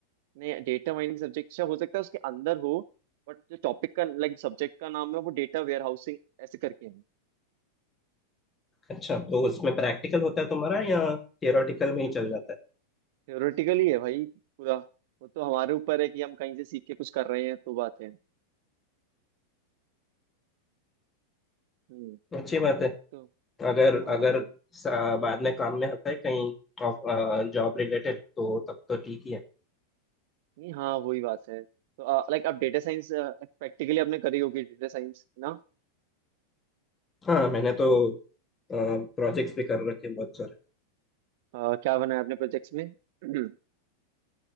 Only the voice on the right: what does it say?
नहीं डेटा माइनिंग सब्जेक्ट अच्छा हो सकता है उसके अंदर हो बट जो टॉपिक का लाइक सब्जेक्ट का नाम है वो डेटा वेयर हाउसिंग ऐसे करके है
नहीं
भाई
theoretical ही है भाई पूरा वो तो हमारे ऊपर है कि हम कहीं से सीख के कुछ कर रहे हैं तो बात है हम्म
तो
हाँ
भाई
नहीं हाँ वही बात है तो लाइक आप डेटा साइंस प्रैक्टिकली आपने करी होगी डेटा साइंस ना
अ, क्या बनाया आपने प्रोजेक्ट्स में <clears throat>